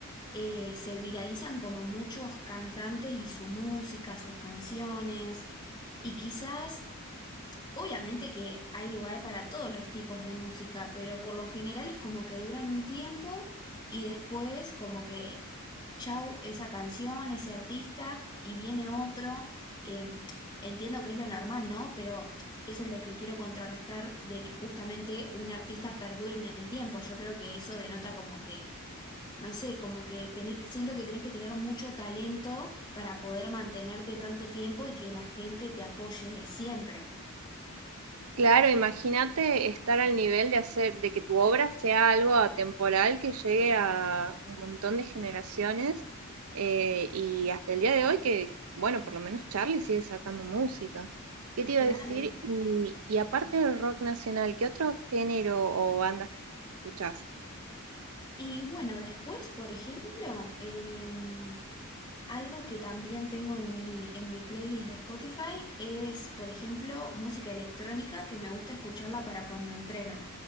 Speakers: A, on the left; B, on the right.
A: eh, se viralizan como muchos cantantes y su música, sus canciones, y quizás Obviamente que hay lugar para todos los tipos de música, pero por lo general es como que duran un tiempo y después como que chau, esa canción, ese artista y viene otro. Eh, entiendo que es lo normal, ¿no? Pero eso es lo que quiero contrarrestar de que justamente un artista perdure en el tiempo. Yo creo que eso denota como que, no sé, como que tenés, siento que tenés que tener mucho talento para poder mantenerte tanto tiempo y que la gente te apoye siempre.
B: Claro, imagínate estar al nivel de hacer de que tu obra sea algo atemporal que llegue a un montón de generaciones eh, y hasta el día de hoy que, bueno, por lo menos Charlie sigue sacando música. ¿Qué te iba
A: Claro.
B: a decir? Y, y aparte del rock nacional, ¿qué otro género o bandas escuchás?
A: Y bueno, después, por ejemplo, em, algo que también tengo en mi, en mi playlist de Spotify es, por ejemplo, música electrónica que me gusta escucharla para cuando entreno,